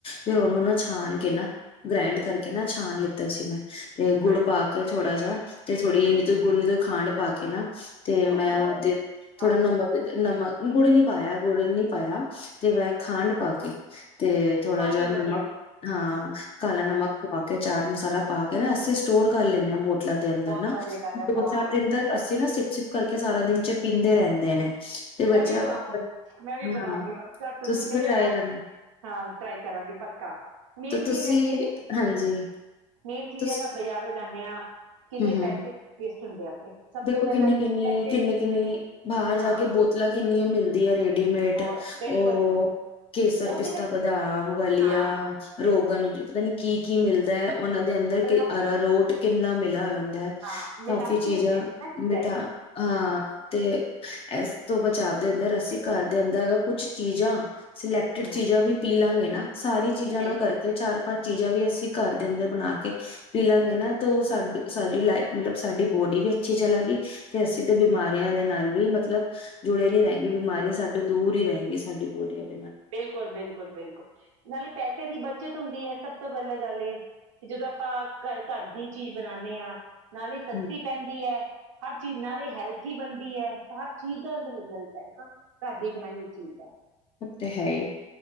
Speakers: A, on the left; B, on the right.
A: ਫਿਰ ਉਹਨੂੰ ਨਾ ਛਾਣ ਕੇ ਨਾ ਗ੍ਰੈਂਡ ਕਰਕੇ ਨਾ ਛਣ ਲਿੱਤਾ ਸੀ ਮੈਂ ਤੇ ਗੁੜ
B: ਹਾਂਜੀ
A: ਪਾ ਕੇ ਥੋੜਾ ਜਾ ਹ ਤੇ ਥੋੜੀ ਇਨੀਗੁਣ ਖੰਡ ਪਾ ਕੇ ਨਾ ਤੇ
B: ਗੁੱਡ
A: ਮੈਂ
B: ਗੁੱਡ
A: ਉਹਦੇ
B: ਹਾਂ
A: ਥੋੜਾ ਨੰਮਰਨਮਕ ਗੁੜ ਨੀ ਪਾਇਆ ਗੁੜ ਨਹੀਂੀ ਪਾਇਆ ਤੇ ਮੈਂ ਖਾਂਡ ਪਾ ਕੇ ਤੇ ਥੋੜਾ
B: ਖਾਂਡ
A: ਜਿਹਾ
B: ਵੀ ਵਧੀਆ
A: ਨਮਕ ਹਾਂ ਕਲਾ ਨਮਕ ਪਾ ਚਾਟ ਮਸਾਲਾ ਪਾ ਕੇ ਨਾ ਅਸੀਂ ਸਟੋਰ ਕਰ ਲੈਂਦੇ ਹਾਂ ਬੋਟ ਦੇ ਅੰਦਰ
B: ਬਹੁਤ
A: ਨਾ
B: ਵਧੀਆ ਗੱਲ
A: ਦੋ
B: ਹੈ ਬਹੁਤ
A: ਚਾਰ
B: ਵਧੀਆ
A: ਦਿਨ ਦਾ ਅਸੀਂ ਨਾ ਸਿਪ ਸਿਪ ਕਰਕੇ ਸਾਰਾ ਦਿਨ ਚ ਪੀਂਦੇ ਰਹਿੰਦੇ ਨੇ ਤੇ ਬੱਚਿਆਂ
B: ਮੈਂ ਵੀ ਬਣਾਉਂਗੀ ਮੈਂ ਵੀ
A: ਹਾਂ
B: ਬਣਾਉਂਗੀ ਤੋਂ
A: ਤੁਸੀਂ
B: ਸਿੱਖ
A: ਵੀ
B: ਲਿਆ
A: ਟਰਾਈ
B: ਨਾ
A: ਕਰਨਾ
B: ਹਾਂ ਟਰਾਈ ਕਰਾਂਗੀ ਪੱਕਾ ਮੇਨ
A: ਤੇ
B: ਚੀਜ਼
A: ਤੁਸੀਂ
B: ਹੈ ਕਿ ਦੇਖ
A: ਹਾਂਜੀ
B: ਮੇਨ ਚੀਜ਼
A: ਤੁਸੀਂ
B: ਹੈ ਆਪਾਂ ਬਾਜ਼ਾਰੋਂ ਜਾਂਦੇ ਹਾਂ ਕਿੰਨੇ
A: ਹਮ ਹਮ
B: ਪੈਸੇ ਹੁੰਦੇ ਆ ਆਪਣੇ ਸਭ
A: ਦੇਖੋ
B: ਤੋਂ ਪਹਿਲਾਂ
A: ਕਿੰਨੀ ਕਿੰਨੀ
B: ਪੈਸੇ
A: ਕਿੰਨੀ
B: ਦੀ
A: ਕਿੰਨੀ ਬਾਹਰ ਜਾ
B: ਹਾਂ
A: ਕੇ ਬਹੁਤ ਪੁਤਲਾਾਂ ਕਿੰਨੀਆਂ ਮਿਲਦੀਆਂ ਰੇਡੀਮੇਡ
B: ਔਰ ਬਿਲਕੁਲ
A: ਉਹ
B: ਬਿਲਕੁਲ
A: ਕੇਸਰ
B: ਉਹ
A: ਪਿਸਤਾ
B: ਸਿਰਫ
A: ਬਦਾਮ ਵਾਲੀਆ
B: ਹਾਂ ਬਿਲਕੁਲ
A: ਰੋਗ ਨੂੰ ਪ ਕੀ ਕੀ ਮਿਲਦਾ ਹੈ ਉਹਨਾਂ ਦੇ ਅੰਦਰ
B: ਮਿਲਾਵਟੀ
A: ਆਰਾਰੁਟ ਕੇ ਕਿੰਨਾ ਮਿਲਿਆ ਦਾ
B: ਹਾਂ ਮਿਲਾਵਟੀ
A: ਕਾਫ਼ੀ ਚੀਜ਼ਾਂ
B: ਹੁੰਦੀਆਂ ਨੇ ਨਾ ਚੀਜ਼ਾਂ
A: ਮਿਠਾ
B: ਇਹ
A: ਹਾਂ ਤੇ ਇਸ ਤੋਂ ਬਚਾਵ ਦੇ ਅੰਦਰ ਅਸੀਂ ਘਰ ਦੇ ਅੰਦਰ ਅ ਕੁਛ ਚੀਜ਼ਾਂ ਸਿਲੈਕਟਡ
B: ਹਮ
A: ਚੀਜ਼ਾਂ ਵੀ ਪੀ ਲਾਂਗੇ ਨਾ ਸਾਰੀ ਚੀਜ਼ਾਂ
B: ਬਿਲਕੁਲ
A: ਨਾਲ ਕਰਕੇ ਚਾਰ ਆਪਾਂ ਚੀਜ਼ਾਂ ਵੀ ਅਸੀਂ ਘਰ ਦੇ ਅੰਦਰ ਬਣਾ ਕੇ ਪੀ ਲਾਂਗੇ ਨਾ ਤਾਂ ਸਾਡ ਸਾਡੀ ਲਾਈ ਮਤਲਬ ਸਾਡੀ ਬੋਡੀ ਵੀ ਅੱਛੀ ਚਲੇ ਗਈ ਤੇ ਅਸੀਂ ਤਾਂ ਬਿਮਾਰੀਆਂ ਦੇ ਨਾਲ ਵੀ ਮਤਲਬ ਜੁੜੇ ਨੀ ਰਹਿਗੇ ਬਿਮਾਰੀਆਂ ਸਾਡੇ ਦੂਰ ਹੀ ਰਹਿਣਗੀ ਸਾਡੀ ਬੋਡੀਆ ਤੋਂ
B: ਬਿਲਕੁਲ ਬਿਲਕੁਲ ਬਿਲਕੁਲ। ਨਾਲੇ ਪੈਸੇ ਦੀ ਬੱਚਤ ਹੁੰਦੀ ਹੈ ਸਭ ਤੋਂ ਪਹਿਲਾਂ ਗੱਲ ਏ। ਕਿ ਜਦੋਂ ਆਪਾਂ ਘਰ ਘਰ ਦੀ ਚੀਜ਼ ਬਣਾਨੇ ਆ। ਨਾਲੇ ਸਸਤੀ
A: ਹੂੰ
B: ਪੈਂਦੀ ਹੈ। ਹਰ ਚੀਜ਼ ਨਾਲੇ ਹੈਲਥੀ ਬਣਦੀ ਹੈ ਹਰ ਚੀਜ਼ ਦਾ ਰਿਜ਼ਲਟ ਹੈ ਨਾ ਘਰ ਦੀ ਬਣਾਈ ਹੋਈ ਚੀਜ਼ ਦਾ
A: ਉਹ ਤੇ ਹੈ ਹੀ